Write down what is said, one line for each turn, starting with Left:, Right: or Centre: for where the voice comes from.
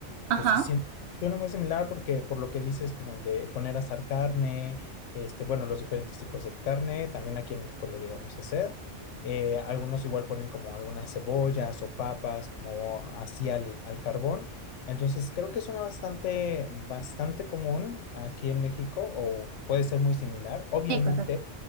Right: Ajá,
Left: Entonces, siento, suena muy similar porque por lo que dices, como el de poner a asar carne, este, bueno, los diferentes tipos de carne, también aquí en México lo llegamos a hacer. Eh, algunos igual ponen como algunas cebollas o papas, como así al, al carbón. Entonces, creo que suena bastante, bastante común aquí en México o puede ser muy similar. Obviamente
Right: sí, correcto.